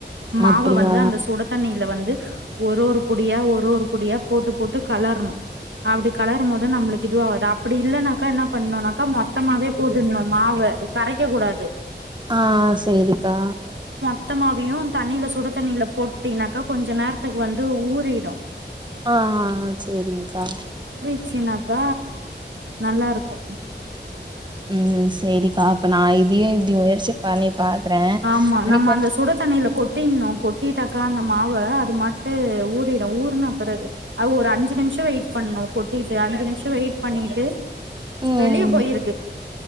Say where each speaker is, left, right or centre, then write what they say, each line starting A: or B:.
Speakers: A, on the right; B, on the right.
A: மாவ
B: அப்படியா
A: வந்து அந்த சுட தண்ணில வந்து ஒரு ஒரு புடியா ஒரு ஒரு புடியா போட்டு போட்டு கலரணும் அப்டி கலரும் போது நம்மளுக் இதுவ ஆவாது அப்டி இல்லனாக்க என்னா பண்ணனுனாக்க மொத்தமாவே போட்டுருணும் மாவ கரைக்க கூடாது
B: ஆஹ் சேரிக்கா.
A: மொத்த மாவையும் தண்ணில சுடு தண்ணில போட்டீங்கனாக்கா கொஞ்ச நேரத்துக்கு வந்து ஊறிடும்
B: ஆஹ் ஆஹ் ஆஹ் சேரிங்க்கா
A: ச்சின்னாக்க நல்லாருக்கும்.
B: உம் சேரிக்கா. இப்ப நான் இதயு இப்டி முயற்சிப்பண்ணி பாக்குறேன்
A: ஆமா
B: அனிப்ப
A: நம்ம அந்த சுட தண்ணில கொட்டிட்ணு கொட்டிட்டாக்கா அந்த மாவ அது மாட்டு ஊறிடும் ஊருன்ன பிறகு அது ஒரு அஞ்சு நிமிஷம் வெயிட் பண்ணும் கொட்டிட்டு அஞ்சு நிமிஷம் வெயிட் பண்ணிட்டு
B: ம்
A: வெளிய போயிருக்கு